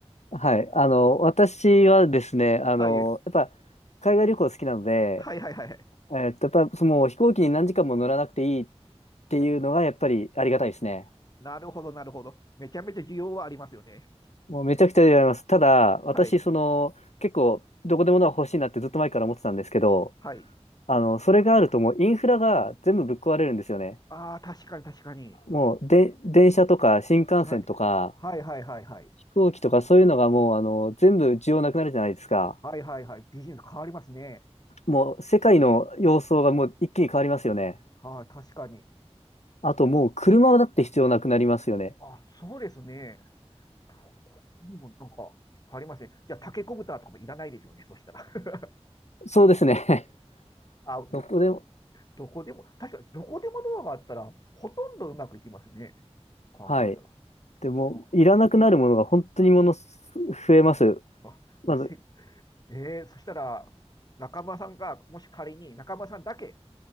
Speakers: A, on the left; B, on the left.
A: はい。あの、私はですね、あの、
B: はい。
A: やっぱ、海外旅行好きなので、
B: はいはいはいはい。
A: えーっと、やっぱ、その飛行機に何時間も乗らなくていいっていうのが、やっぱりありがたいですね。
B: なるほど、なるほど。めちゃめちゃ需要はありますよね。
A: もうめちゃくちゃ言われます。ただ、私、
B: はい。
A: その、結構、どこでもドア欲しいなってずっと前から思ってたんですけど、
B: はい。
A: あの、それがあるともうインフラが全部ぶっ壊れるんですよね。
B: ああ、確かに確かに。
A: もうで、電車とか新幹線とか
B: はい。はいはいはいはい。
A: 飛行機とかそういうのがもうあの全部需要なくなるじゃないですか。
B: はいはいはい。ビジネス変わりますね。
A: もう世界の様相がもう一気に変わりますよね。
B: はい、確かに。
A: あともう車だって必要なくなりますよね。
B: あ、そうですね。他にもなんか、いっぱいありますね。じゃあ、タケコブターとかもいらないですよね、そしたら。<laughs>
A: そうですね。<laughs>
B: あ、
A: どこでも、
B: どこでも、確かにどこでもドアがあったら、ほとんどうまくいきますよね。考えたら。
A: はい。でも、
B: あ、
A: いらなくなるものが本当にものす増えます。
B: あでせ
A: まず、
B: えー、そしたら、中村さんが、もし仮に中村さんだけ、